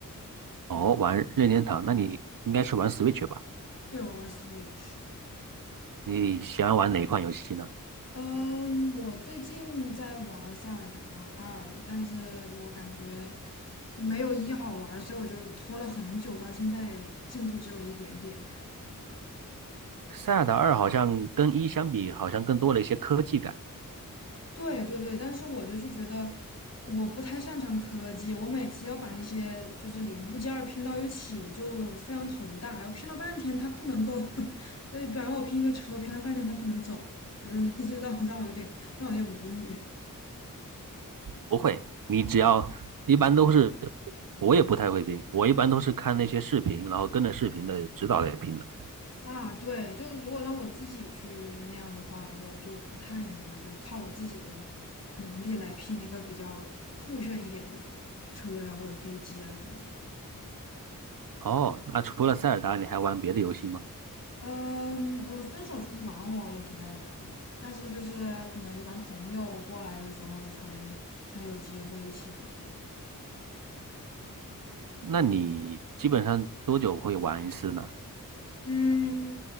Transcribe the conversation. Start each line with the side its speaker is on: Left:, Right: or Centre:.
Right: 哦，
Left: 就
Right: 玩任天堂，那你应该是玩 Switch 吧？
Left: 对我玩儿 Switch。
Right: 你喜欢玩哪一款游戏呢？
Left: 嗯，我最近在玩《塞尔达二》，但是我感觉没有一好玩所以我就拖了很久，到现在也进度只有一点点。
Right: 塞尔达二好像跟一相比，好像更多了一些科技感。
Left: 对对对，但是我就是觉得我不太擅长科技，我每次要把那些就是零部件儿拼到一起就非常头大，拼了半天它不能够，<laughs> 呃，比方我拼一个车，拼了半天它不能走，嗯，<laughs> 就让让我有点让我有点无语。
Right: 不会，你只要一般都是，我也不太会拼，我一般都是看那些视频，然后跟着视频的指导来拼的。
Left: 啊，对，就如果让我自己去那样的话，我就不太能，就是靠我自己的能力来拼一个比较酷炫一点的车呀，或者飞机啊什么的。
Right: 哦，那除了塞尔达，你还玩别的游戏吗？
Left: 嗯，呃分手厨房我也挺爱玩儿的，但是就是可能一般朋友过来的时候才才有机会一起玩儿。
Right: 那你基本上多久会玩一次呢？
Left: 嗯，